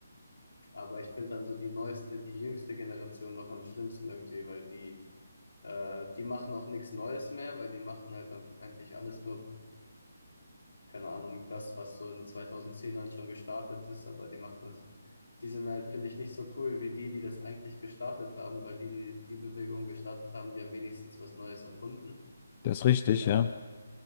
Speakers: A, on the left; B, on the left.
A: aber ich finde dann so die neueste, die jüngste Generation noch am schlimmsten irgendwie, weil die, äh, die machen auch nichts Neues mehr, weil die machen halt dann eigentlich alles nur, keine Ahnung, das, was so in 2010ern schon gestartet ist, aber die machen das, die sind halt, finde ich, nicht so cool wie die, die das eigentlich gestartet haben, weil die, die die Bewegung gestartet haben, die haben wenigstens was Neues erfunden.
B: das ist richtig,
A: Äh,
B: ja.